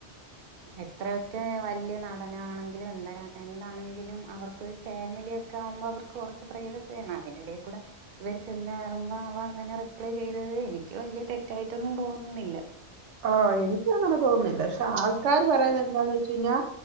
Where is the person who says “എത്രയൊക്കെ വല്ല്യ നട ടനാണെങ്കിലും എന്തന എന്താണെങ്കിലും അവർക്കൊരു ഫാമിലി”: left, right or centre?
Right